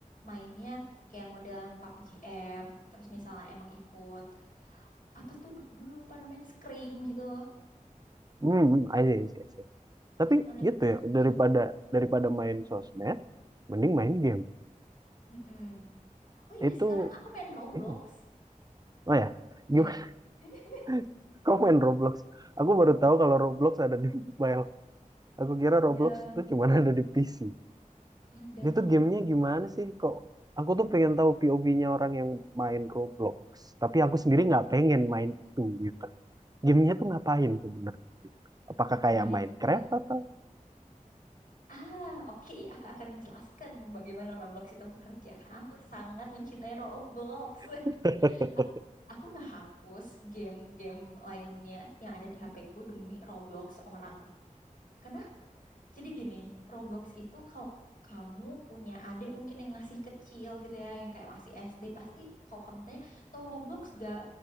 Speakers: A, on the left; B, on the right.
A: mainnya kayak modelan PUBG M terus misalnya emang ikut apa tuh du- dulu lupa namanya Scream gitu loh
B: Hmm, hmm, I see, I see, I see. Tapi
A: itu kan emang
B: gitu
A: harus
B: ya,
A: fokus
B: daripada daripada main sosmed, mending main game.
A: Mm-mm. oh iya
B: Itu,
A: sekarang aku main Roblox
B: ini. Oh ya, gimana?
A: ya <laughs>
B: <laughs> Kau main Roblox? Aku baru tahu kalau Roblox ada di mobile. Aku kira
A: ada
B: Roblox itu cuma <laughs> ada di PC.
A: ada
B: Dia
A: kamu
B: tuh gamenya gimana sih? Kok aku tuh pengen tahu POV-nya orang yang main Roblox. Tapi aku sendiri nggak pengen main itu gitu. Gamenya tuh ngapain sebenarnya? gitu? Apakah
A: oh my
B: kayak Minecraft
A: God
B: atau?
A: Ah, oke, aku akan menjelaskan bagaimana Roblox itu bekerja. Karena aku sangat mencintai Roblox. <laughs>
B: <laughs>
A: Aku aku nggak hapus game-game lainnya yang ada di HP-ku demi Roblox orang. Karena jadi gini, Roblox itu kalau kamu punya adik mungkin yang masih kecil gitu ya, yang kayak masih SD, pasti kalau kamu tanya, tau Roblox gak?